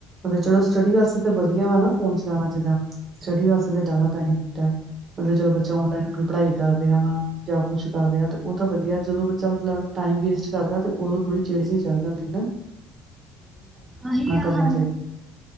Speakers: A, on the right (about 40°); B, on the right (about 20°).
A: ਤ ਚਲੋ ਸਟੱਡੀ ਵਾਸਤੇ ਵਧੀਆ ਵਾ ਨਾ ਫੋਨ ਚਲਾਉਣਾ ਜਿਦਾਂ ਸਟੱਡੀ ਵਾਸਤੇ ਜ਼ਿਆਦਾ ਬੈਨੀਫਿਟ ਹੈ ਮਤਲਬ ਜਦੋਂ ਬੱਚਾ ਔਨਲਾਈਨ ਆਪਣੀ ਪੜ੍ਹਾਈ ਕਰ ਰਿਹਾ ਵਾ ਜਾਂ ਕੁੱਛ ਕਰ ਰਿਹਾ ਤਾਂ ਉਹ ਤਾਂ ਵਧੀਆ ਜਦੋਂ ਮਤਲਬ ਟਾਈਮ ਵੇਸਟ ਕਰਦਾ ਤੇ ਉਦੋ ਥੋੜੀ ਚਿੜ ਜਿਹੀ ਚੜ੍ਹ ਜਾਂਦੀ ਹਨਾ
B: ਆਹੀ
A: ਕਰਨਾ
B: ਆ ਹ
A: ਚਾਹੀਦਾ